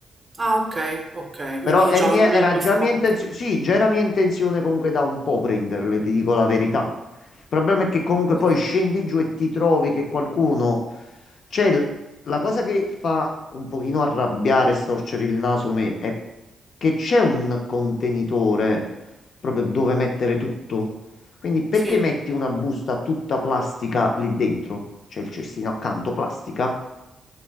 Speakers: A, on the right; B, on the left.
A: Ah, ok, ok, quindi
B: Però
A: diciamo
B: è mia-
A: non
B: era
A: è uno
B: già
A: spazio.
B: mia intenzione, sì, già era mia intenzione comunque da un po' prenderle, ti dico la verità. Il problema è che comunque
A: Sì,
B: poi scendi giù e ti trovi che qualcuno... Cioè, l- la cosa che fa un pochino arrabbiare e storcere il naso me è che c'è un contenitore proprio dove mettere tutto. Quindi perché
A: sì,
B: metti una busta tutta plastica lì dentro? C'è il cestino accanto, plastica